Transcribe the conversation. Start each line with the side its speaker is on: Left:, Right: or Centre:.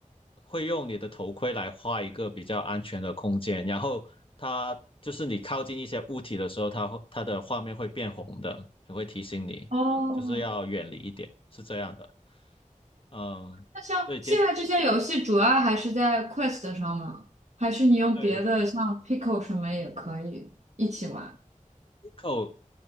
Left: 会用你的头盔来画一个比较安全的空间，然后它就是你靠近一些物体的时候，它会它的画面会变红的，也会提醒你，
Right: 哦，
Left: 就是要远离一点，是这样的。嗯，
Right: 那像现在这些游戏主要还是在
Left: 对，结
Right: Quest 上吗？还是你用别的像
Left: 对
Right: Pico 什么也可以一起玩？
Left: Eco